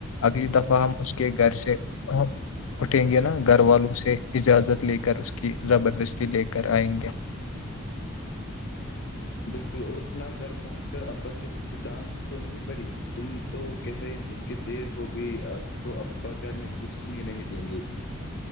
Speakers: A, on the left; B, on the left.
A: اگلی دفعہ ہم اس کے گھر سے اٹھیں گے نا گھر والوں سے اجازت لے کر اس کی زبردستی لے کر آئیں گے
B: بالکل اور سنا گھر پہنچ کر اباس کوئی دان تو نہیں پڑی تم تو وہ کہہ رہے تھے کہ دیر ہو گئی تو اب بگر میں گھسنے نہیں دیں گے